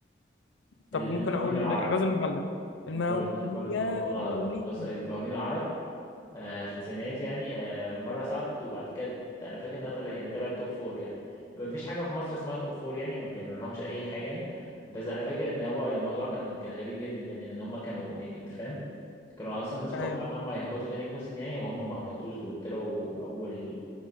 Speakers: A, on the left; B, on the left.
A: طب
B: ال-
A: ممكن
B: المقاولين
A: اقول
B: العرب
A: غزل المحله المقاو
B: برضو برضو
A: يا
B: غلط
A: المقاولين
B: بص المقاولين العرب آه، في التسعينات يعني آه، مرة صعدت وبعد كده أنا فاكر إنها طلع يعني طلعت توب فور يعني ما فيش حاجة في مصر اسمها توب فور يعني ما بيعملوا لهمش أي حاجة يعني بس أنا فاكر إن هو الموضوع كان كان غريب جدا يعني لأن هم كانوا يعني أنت فاهم كانوا أصلا الناس
A: ايوه
B: متوقعة إن هم هيهبطوا تاني موسم يعني وهم ما هبطوش دول طلعوا أول